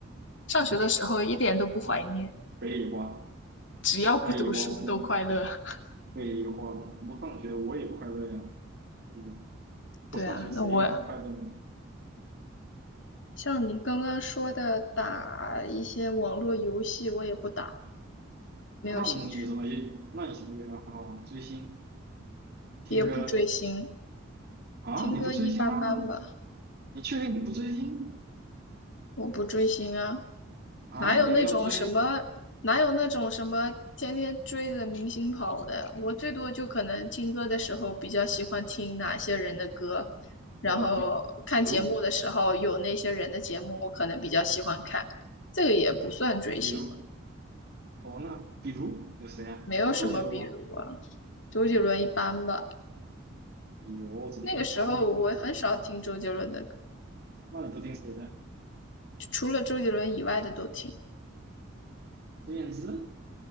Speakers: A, on the left; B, on the right.
A: 上学的时候一点都不怀念，
B: 嗯，北野花。
A: 只要不读书都快乐。
B: 废话不不
A: <laughs>
B: 废话，不上学我也快乐呀。哎呦，不上学谁不快乐嘛？
A: 对啊，那我像你刚刚说的打一些网络游戏，我也不打，没有兴趣，
B: 那你什么也？那你什么也爱好啊？追星、听歌
A: 也不追星，
B: 啊？
A: 听歌一般般吧，
B: 你不追星吗？你确定你不追星
A: 我不追星啊，
B: 啊？
A: 哪有那种什么，
B: 你没有追
A: 哪有那种什么天天追着明星跑的，我最多就可能听歌的时候比较喜欢听哪些人的歌，然后看节目的时候有那些人的节目，
B: 哦？比如，
A: 我可能比较喜欢看，这个也不算追星吧，
B: 比如哦，那比如有谁啊？
A: 没有什么比如啊，
B: 有听周杰伦吗？
A: 周杰伦一般吧。
B: 哎呦，怎么会把你多好听？
A: 那个时候我很少听周杰伦的歌，
B: 那你都听谁的？
A: 除了周杰伦以外的都听。
B: 孙燕姿？